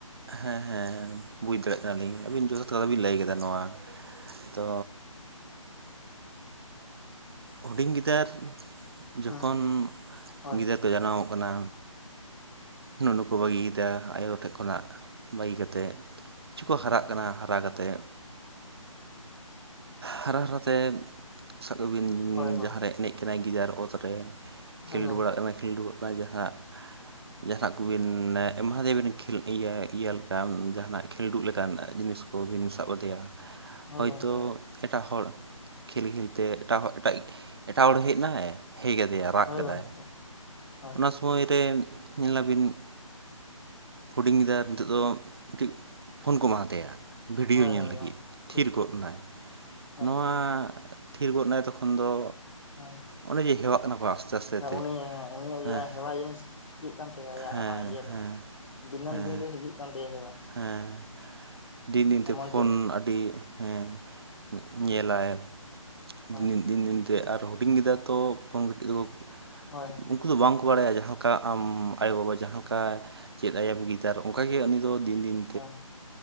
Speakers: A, on the right; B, on the left.
A: ᱦᱮᱸ ᱦᱮᱸ ᱵᱩᱡᱽ ᱫᱟᱲᱮᱭᱟᱜ ᱠᱟᱱᱟᱞᱤᱧ ᱟᱹᱵᱤᱱ ᱡᱚᱛᱷᱟᱛ ᱠᱟᱛᱷᱟ ᱵᱤᱱ ᱞᱟᱹᱭ ᱠᱮᱫᱟ ᱱᱚᱣᱟ᱾ ᱛᱚ, ᱦᱩᱰᱤᱧ ᱜᱤᱫᱟᱹᱨ
B: ᱦᱮᱸ
A: ᱡᱚᱠᱷᱚᱱ
B: ᱦᱳᱭ
A: ᱜᱤᱫᱟᱹᱨ ᱠᱚ ᱡᱟᱱᱟᱢᱚᱜ ᱠᱟᱱᱟ᱾ ᱱᱩᱱᱩ ᱠᱚ ᱵᱟᱹᱜᱤᱭᱮᱫᱟ ᱟᱭᱳ ᱦᱚᱲ ᱴᱷᱮᱱ ᱠᱷᱚᱱᱟᱜ ᱵᱟᱹᱜᱤ ᱠᱟᱛᱮᱫ, ᱠᱤᱪᱷᱩ ᱠᱚ ᱦᱟᱨᱟᱜ
B: ᱦᱮᱸ
A: ᱠᱟᱱᱟ ᱦᱟᱨᱟ ᱠᱟᱛᱮᱫ, ᱦᱟᱨᱟ ᱦᱟᱨᱟᱛᱮ, ᱥᱟᱵᱠᱟᱵᱤᱱ
B: ᱦᱳᱭ ᱦᱳᱭ
A: ᱡᱟᱦᱟᱸᱨᱮ ᱮᱱᱮᱡ ᱠᱟᱱᱟᱭ ᱜᱤᱫᱟᱹᱨ ᱚᱛ ᱨᱮ ᱠᱷᱮᱞᱰᱩ
B: ᱦᱳᱭ ᱜᱚᱢᱠᱮ
A: ᱵᱟᱲᱟ ᱠᱟᱱᱟᱭ᱾ ᱠᱷᱤᱞᱰᱩ ᱵᱟᱡ ᱡᱟᱦᱟᱸ ᱡᱟᱦᱟᱱᱟᱜ ᱠᱚᱵᱤᱱ ᱮᱢᱟ ᱫᱮᱭᱟᱵᱤᱱ ᱤᱭᱟᱹ ᱤᱭᱟᱹ ᱞᱮᱠᱟ ᱡᱟᱦᱟᱱᱟᱜ ᱠᱷᱮᱞᱰᱩᱜ ᱞᱮᱠᱟᱱ ᱡᱤᱱᱤᱥ ᱠᱚ᱾ ᱠᱚ ᱵᱤᱱ ᱥᱟᱵ ᱟᱫᱮᱭᱟ
B: ᱦᱳᱭ
A: ᱦᱚᱭᱛᱚ᱾
B: ᱜᱚᱢᱠᱮ ᱦᱳᱭ
A: ᱮᱴᱟᱜ ᱦᱚᱲ ᱠᱷᱮᱞ ᱠᱷᱮᱞᱛᱮ ᱮᱴᱟᱜ ᱮᱴᱟᱜ ᱮᱴᱟᱜ ᱦᱚᱲᱮ ᱦᱮᱡ ᱮᱱᱟᱭ ᱦᱮᱡ ᱠᱟᱫᱮᱭᱟ᱾ ᱨᱟᱜ
B: ᱦᱳᱭ
A: ᱠᱮᱫᱟᱭ,
B: ᱜᱚᱢᱠᱮ ᱦᱳᱭ ᱦᱳᱭ
A: ᱚᱱᱟ ᱥᱚᱢᱚᱭ ᱨᱮ ᱧᱮᱞᱟᱵᱤᱱ᱾ ᱦᱩᱰᱤᱧ ᱜᱤᱫᱟᱨ ᱱᱤᱛᱚᱜ ᱫᱚ ᱢᱤᱫᱴᱤᱡ ᱯᱷᱳᱱ ᱠᱚ ᱮᱢᱟ ᱦᱟ ᱫᱮᱭᱟ᱾ ᱵᱷᱤᱰᱤᱭᱳ
B: ᱦᱳᱭ
A: ᱧᱮᱞ
B: ᱦᱳᱭ
A: ᱞᱟᱹᱜᱤᱫ
B: ᱜᱚᱢᱠᱮ ᱴᱷᱤᱠ
A: ᱛᱷᱤᱨ
B: ᱴᱷᱤᱠ
A: ᱜᱚᱫ ᱱᱟᱭ
B: ᱦᱳᱭ
A: ᱱᱚᱣᱟ, ᱛᱷᱤᱨ ᱜᱚᱫ ᱱᱟᱭ ᱛᱚᱠᱷᱚᱱ ᱫᱚ
B: ᱦᱳᱭ
A: ᱚᱱᱮ ᱡᱮ ᱦᱮᱣᱟᱜ ᱠᱟᱱᱟ ᱠᱚ ᱟᱥᱛᱮ ᱟᱥᱛᱮ,
B: ᱦᱮᱸ
A: ᱛᱮ
B: ᱩᱱᱤ ᱦᱮᱸ ᱩᱱᱤᱭᱟᱜ
A: ᱦᱮᱸ
B: ᱡᱟᱦᱟᱸ ᱦᱮᱣᱟ ᱡᱤᱱᱤᱥ, ᱦᱤᱡᱩᱜ ᱠᱟᱱ ᱛᱟᱭᱟ ᱟᱭᱟᱜ
A: ᱦᱮᱸ
B: ᱚᱱᱟ ᱤᱭᱟᱹ ᱨᱮ
A: ᱦᱮᱸ
B: ᱫᱤᱱᱟᱹᱢ
A: ᱦᱮᱸ
B: ᱫᱤᱱ ᱨᱮ ᱦᱤᱡᱩᱜ ᱠᱟᱱ ᱛᱟᱭᱟ ᱦᱮᱣᱟ᱾
A: ᱦᱮᱸ ᱫᱤᱱ ᱫᱤᱱᱛᱮ
B: ᱮᱢᱚᱱ
A: ᱯᱷᱳᱱ
B: ᱪᱮᱫ
A: ᱟᱹᱰᱤ ᱦᱮᱸ, ᱧᱮᱞᱟᱭ
B: ᱦᱳᱭ
A: ᱫᱤᱱ ᱫᱤᱱᱛᱮ ᱟᱨ ᱦᱩᱰᱤᱧ ᱜᱤᱫᱟᱨ, ᱛᱚ ᱯᱷᱳᱱ ᱠᱟᱹᱴᱤᱡ ᱫᱚᱠᱚ
B: ᱦᱳᱭ ᱦᱳᱭ
A: ᱩᱱᱠᱩ ᱫᱚ ᱵᱟᱝ ᱠᱚ ᱵᱟᱲᱟᱭᱟ ᱡᱟᱦᱟᱸ ᱞᱮᱠᱟ ᱟᱢ, ᱟᱭᱳᱼᱵᱟᱵᱟ ᱡᱟᱦᱟᱸ ᱞᱮᱠᱟ ᱪᱮᱫ ᱟᱭᱟᱢ ᱜᱤᱫᱟᱨ ᱚᱱᱠᱟᱜ ᱜᱮ ᱩᱱᱤ ᱫᱚ ᱫᱤᱱ ᱫᱤᱱ,
B: ᱦᱳᱭ